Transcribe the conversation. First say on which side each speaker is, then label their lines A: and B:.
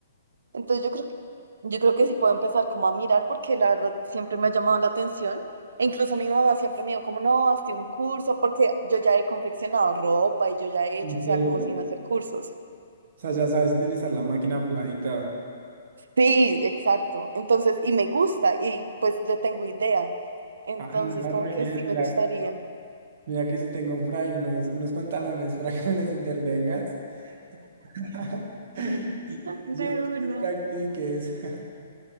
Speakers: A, on the right (about 70°); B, on the right (about 55°).
A: Entonces yo creo que, yo creo que sí puedo empezar como a mirar porque la verdad siempre me ha llamado la atención. E incluso mi mamá siempre me dijo como, no, hazte un curso, porque yo ya he confeccionado ropa y yo ya he
B: ¿En
A: hecho, o sea,
B: serio?
A: como sin
B: O
A: hacer cursos.
B: sea, ya sabes utilizar la máquina aplanada y todo.
A: Sí, exacto. Entonces, y me gusta y pues le tengo idea. Entonces,
B: Ah, no,
A: como
B: re
A: que
B: bien,
A: sí
B: mira.
A: me gustaría.
B: Mira que yo tengo por ahí unos, unos pantalones para que me las intervengas. <laughs> Y
A: De
B: yo para
A: una.
B: que practiques. <laughs>